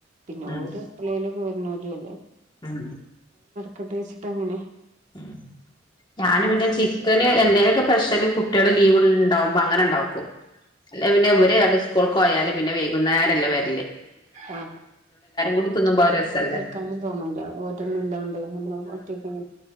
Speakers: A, on the right; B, on the left.
A: പിന്നെ ഓ
B: ഉം
A: എപ്പളേയിലൊക്കെ വരണല്ലോ അല്ലേ
B: ഉം
A: കെട്ട വച്ചിട്ട് അങ്ങനെ
B: ഉ ഞാന് പിന്നെ
A: ആഹ്
B: ചിക്കന് എന്താലുമൊക്കെ സ്പെഷ്യൽ കു - കുട്ടികള് ലീവ ഉണ്ടാവുമ്പോ അങ്ങന ഉണ്ടാവുമും. അല്ല പിന്നെ ഇര് അ സ്കൂൾ പോയാലും പിന്നെ വൈകുന്നേരംല്ലേ വര
A: ആ
B: കൂടി
A: നമ്മങ്ങന
B: തിന്നുമ്പോ അത് രസല്ലേ
A: വക്കാാനെന്ന് തോന്നൂില്ല ഓരോന്നും ഇല്ലണ്ട് നമ്മൾ ഒറ്റക്ക